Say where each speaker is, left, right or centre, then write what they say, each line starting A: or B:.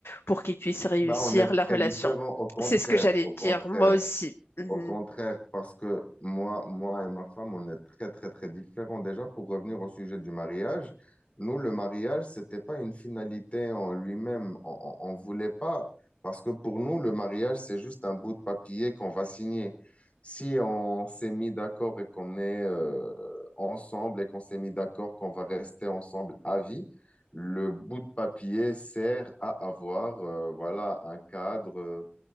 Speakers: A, on the left; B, on the left.
A: pour qu'ils puissent réussir
B: bah, on est très
A: la relation?
B: différent, au contraire,
A: C'est ce que j'allais
B: au
A: dire,
B: contraire.
A: moi aussi. Mhm.
B: Au contraire, parce que moi, moi et ma femme, on est très, très, très différents. Déjà, pour revenir au sujet du mariage, nous, le mariage, c'était pas une finalité en lui-même. On, on, on voulait pas, parce que pour nous, le mariage, c'est juste un bout de papier qu'on va signer. Si on s'est mis d'accord et qu'on est euh, ensemble et qu'on s'est mis d'accord qu'on va rester ensemble à vie, le bout de papier sert à avoir, euh, voilà, un cadre. euh,